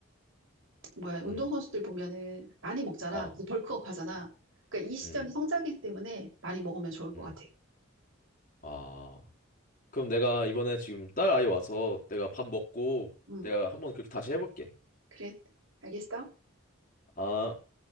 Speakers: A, on the right; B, on the left.
A: 뭐야 운동선수들
B: 음.
A: 보면은 많이 먹잖아.
B: 아,
A: 그래서 벌크업 하잖아.
B: 음,
A: 그러니까 이 시절이
B: 음.
A: 성장기 때문에 많이 먹으면 좋을 것
B: 음.
A: 같아.
B: 아. 그럼 내가 이번에 지금 딸 아이 와서 내가 밥 먹고
A: 응.
B: 내가 한번 그렇게 다시 해볼게.
A: 그래, 알겠어?
B: 아.